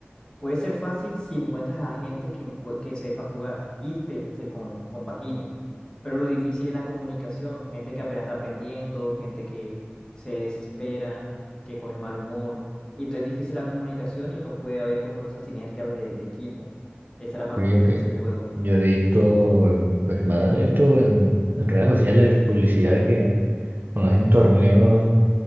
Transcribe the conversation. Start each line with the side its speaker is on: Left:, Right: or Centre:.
Left: puede ser fácil si encuentras a gente que, encue- que sepa jugar y te, se con- compagine. Pero lo difícil es la comunicación. Gente que apenas está aprendiendo, gente que se desespera, que coge mal humor. Y entonces es difícil la comunicación y no puede haber como esa sinergia de, de equipo. Esa es la parte
Right: Sí,
Left: difícil
Right: ok.
Left: del juego.
Right: Yo he visto, eh, pues nada, he visto en, en redes sociales publicidad que cuando hacen torneos